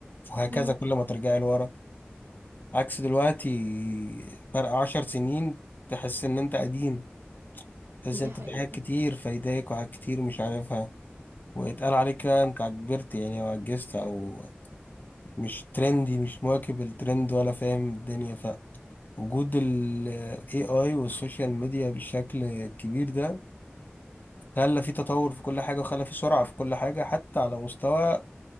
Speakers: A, on the left (about 50°); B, on the right (about 85°).
A: وهكذا
B: مم.
A: كل ما ترجعي لورا عكس دلوقتي فرق عشر سنين تحس إن أنت قديم تحس
B: دي
A: إن أنت
B: حقيقة
A: في حاجات كتير فايداك وحاجات كتير مش عارفها ويتقال عليك بقى أنت كبرت يعني أو عجزت أو مش ترندي مش مواكب الترند ولا فاهم الدنيا وجود ال AI والسوشيال ميديا بشكل كبير ده خلى في تطور في كل حاجة وخلى في سرعة في كل حاجة حتى على مستوى